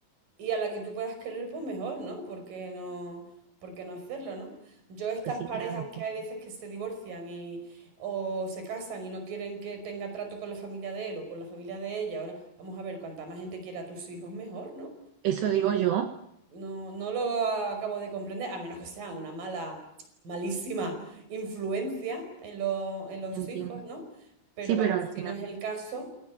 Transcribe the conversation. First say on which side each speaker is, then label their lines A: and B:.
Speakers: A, on the right (about 45°); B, on the right (about 70°).
A: Y a la que tú puedas querer, pues mejor, ¿no? Porque no, por qué no hacerlo, ¿no? Yo estas
B: pues sí,
A: parejas
B: tienes razón.
A: que hay veces que se divorcian y o se casan y no quieren que tenga trato con la familia de él o con la familia de ella, ahora vamos a ver, cuanta más gente quiera a tus hijos, mejor, ¿no?
B: Eso digo yo,
A: No, no lo acabo de comprender, a menos que sea una mala, malísima influencia en lo- en los
B: entiendo.
A: hijos, ¿no? Pero
B: Sí,
A: vamos,
B: pero al
A: si
B: final.
A: no es el caso,